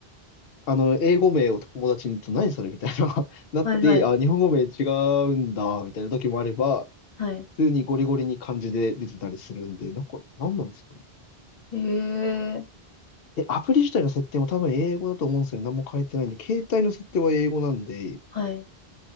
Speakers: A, on the left; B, on the left.
A: あの、英語名を友達に言うと何それみたいな、<laughs> なって、
B: はい、はい。
A: あ、日本語名違うんだ、みたいな時もあれば、
B: はい。
A: 普通にゴリゴリに漢字で出てたりするんで、なんか、何なんですかね。
B: えー、
A: え、アプリ自体の設定も多分英語だと思うんですけど、何も変えてないんで、携帯の設定は英語なんで、
B: はい。